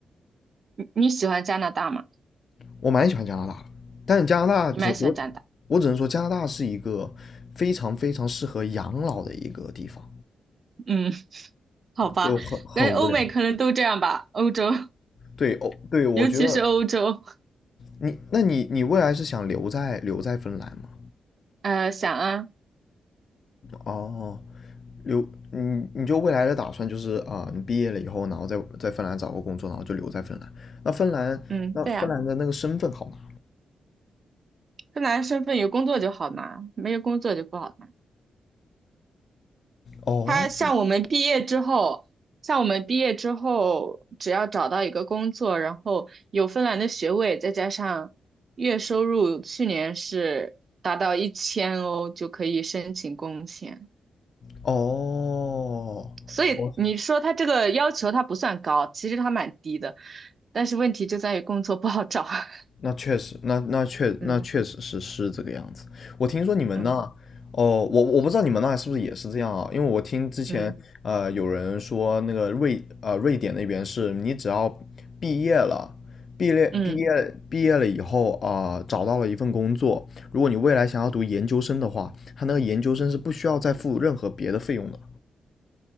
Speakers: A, on the right (about 45°); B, on the left (about 55°).
A: 你喜欢加拿大吗？
B: 我蛮喜欢加拿大的但加拿大只我
A: 你蛮喜欢加拿大。
B: 我只能说加拿大是一个非常非常适合养老的一个地方，
A: 嗯，好吧，
B: 就很很无聊。
A: 感觉欧美可能都这样吧，欧洲，
B: 对哦，对，我觉得
A: 尤其是欧洲。
B: 你那你你未来是想留在留在芬兰吗？
A: 呃，想啊，
B: 哦，留你你就未来的打算就是啊、你毕业了以后，然后在在芬兰找个工作，然后就留在芬兰。那芬兰那芬兰的那个身份好吗？
A: 嗯，对啊，芬兰身份有工作就好拿，没有工作就不好拿。
B: 哦
A: 他像我们毕业之后，像我们毕业之后，只要找到一个工作，然后有芬兰的学位，再加上月收入去年是达到一千欧，就可以申请工签。
B: 哦，
A: 所以你说他这个要求他不算高，
B: 我
A: 其实他蛮低的，但是问题就在于工作不好找。<laughs>
B: 那确实，那那确那确实是是这个样子。
A: 嗯
B: 我听说你们那，
A: 嗯
B: 哦，我我不知道你们那是不是也是这样啊？因为我听之前呃有人说那个瑞呃瑞典那边是你只要
A: 嗯
B: 毕业了，毕业毕业毕业了以后啊、
A: 嗯，
B: 找到了一份工作，如果你未来想要读研究生的话，他那个研究生是不需要再付任何别的费用的。